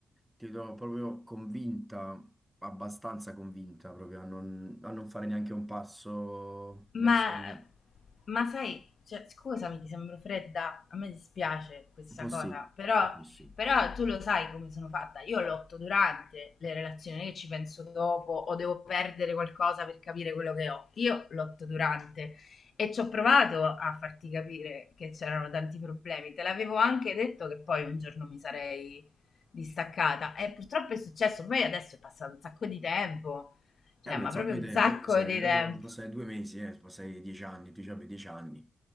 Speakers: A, in the centre; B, on the left (about 50°).
A: ti vedo proprio convinta, abbastanza convinta proprio a non, a non fare neanche un passo verso
B: Ma,
A: di me.
B: ma sai, cioè, scusami, ti sembro fredda, a me dispiace questa
A: Un po' sì,
B: cosa, però,
A: un po' sì.
B: però tu lo sai come sono fatta. Io lotto durante le relazioni, non è che ci penso dopo o devo perdere qualcosa per capire quello che ho. Io lotto durante e ci ho provato a farti capire che c'erano tanti problemi. Te l'avevo anche detto che poi un giorno mi sarei distaccata e purtroppo è successo. Poi adesso è passato un sacco di tempo, cioè,
A: Eh beh,
B: ma
A: un sacco
B: proprio
A: di
B: un
A: tempo,
B: sacco
A: io passai,
B: di
A: io
B: tempo.
A: passai due mesi, eh, passai dieci anni, tu avevi dieci anni,